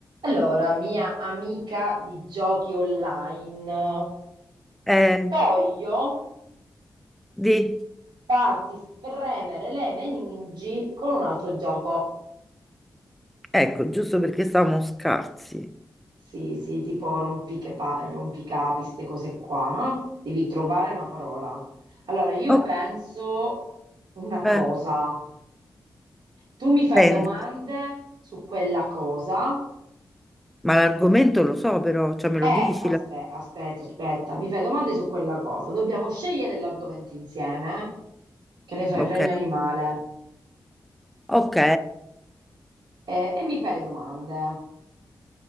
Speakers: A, on the right; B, in the centre.
A: Allora, mia amica di giochi online,
B: Eh,
A: voglio
B: di,
A: farti spremere le meningi con un altro gioco.
B: ecco, giusto perché siamo scarsi.
A: Sì, sì, tipo rompichepa- rompicapi, queste cose qua, no? Devi trovare una parola. Allora, io
B: Oh,
A: penso una
B: eh,
A: cosa. Tu mi fai
B: pensa.
A: domande su quella cosa
B: ma l'argomento lo so però, cioè me
A: Eh,
B: lo dici?
A: aspe-
B: la-
A: aspetta, aspetta, mi fai domande su quella cosa. Dobbiamo scegliere l'argomento insieme, che ne so, il
B: Ok,
A: regno animale,
B: ok,
A: e, e mi fai le domande.